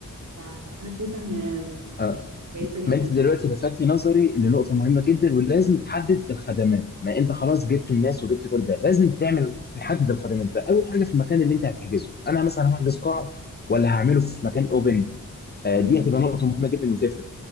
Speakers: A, on the right (about 60°); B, on the left (about 30°).
A: فانا شايفه ان
B: آه.
A: دي حاجه كويسه جدا
B: ما انت دلوقتي لفتت نظري لنقطه مهمه جدا ولازم تحدد الخدمات ما انت خلاص جبت الناس وجبت كل ده لازم تعمل تحدد الخدمات بقى اول حاجه في المكان اللي انت هتحجزه انا مثلا هحجز قاعه ولا هعمله في مكان اوبن آه
A: امم
B: دي هتبقى نقطه مهمه جدا وتفرق